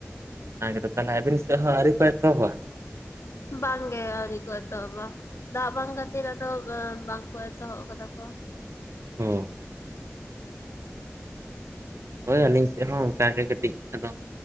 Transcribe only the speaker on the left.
ᱵᱟᱝᱜᱮ, ᱟᱹᱣᱨᱤ ᱠᱚ ᱮᱛᱚᱷᱚᱵ-ᱟ᱾ ᱫᱟᱜ ᱵᱟᱝ ᱠᱷᱟᱹᱛᱤᱨ ᱟᱫᱚ ᱵᱟᱝᱠᱚ ᱮᱛᱚᱦᱚᱵ ᱟᱠᱟ ᱫᱟ ᱠᱚ᱾